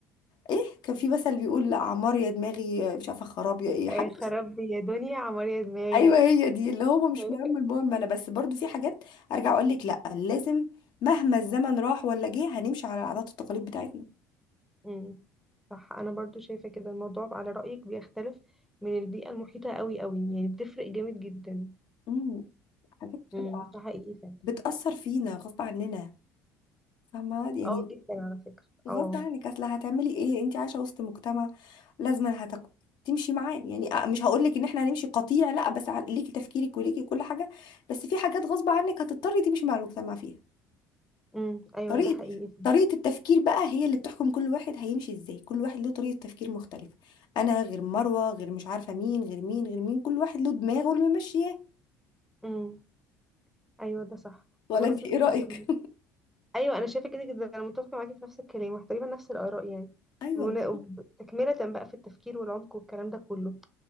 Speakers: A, on the left; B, in the centre.
A: ايه كان في مثل بيقول لا عمار يا دماغي مش عارفه خراب يا ايه
B: إيه،
A: حاجه
B: خراب بي يا دنيا عمر يا دماغي
A: ايوه هي دي اللي هو مش
B: <laughs>
A: مهم المهم انا بس برضو في حاجات ارجع اقول لك لا لازم مهما الزمن راح ولا جه هنمشي على العادات والتقاليد بتاعتنا
B: امم صح انا برضو شايفه كده الموضوع على رايك بيختلف من البيئه المحيطه قوي قوي يعني بتفرق جامد جدا
A: امم حاجات بتبقى
B: امم ده حقيقي فعلا
A: بتأثر فينا غصب عننا فاهمة يعني
B: اه جدا على فكره
A: غصب
B: اه
A: عنك اصل هتعملي ايه انت عايشة وسط مجتمع لازم هتق... تمشي معاه يعني أ- مش هقول لك ان احنا هنمشي قطيع لا بس ع- ليكي تفكيرك وليكي كل حاجة بس في حاجات غصب عنك هتضطري تمشي مع المجتمع فيها
B: امم ايوه
A: طريقة
B: ده حقيقي
A: طريقة التفكير بقى هي اللي بتحكم كل واحد هيمشي ازاي كل واحد له طريقة تفكير مختلفة انا غير مروة غير مش عارفة مين غير مين غير مين كل واحد له دماغه اللي ممشياه
B: فعلا ايوه ده صح
A: ولا
B: بمناسبه
A: انت ايه رأيك
B: <laughs> ايوه انا شايفه كده جدا انا متفقه معاكي في نفس الكلام وتقريبا نفس الاراء يعني
A: <laughs> ايوه
B: وبن- وب- تكمله بقى في التفكير والعمق والكلام ده كله